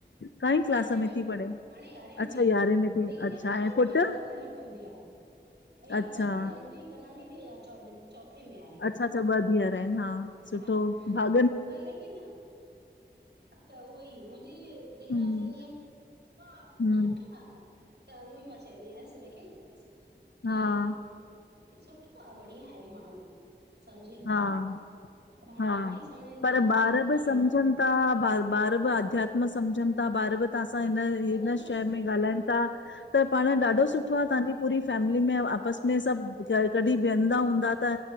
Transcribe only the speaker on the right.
यारहें में,
हाणे यारहें में
वई,
लेकिन
इहा कॾहिं
को इहे सभु ॻाल्हियूं कंदी आ। हिकु
ॿ धीएर आहिन, मुंहिंजी हिकु नंढी धीअर आ, चो चोथे में आहे।
हा
त लेकिन, त उह ई मुंहिंजी धीएरा
चयंदी आन हु,
हा हा। त उहो ई मां चवंदी आयसि हिनखे की
सु हा बढ़िया आहे माण्हू सम्झे
पाण
पाण ई सम्झनि
था अध्यात्म
खे
ज़बरदस्त
हूं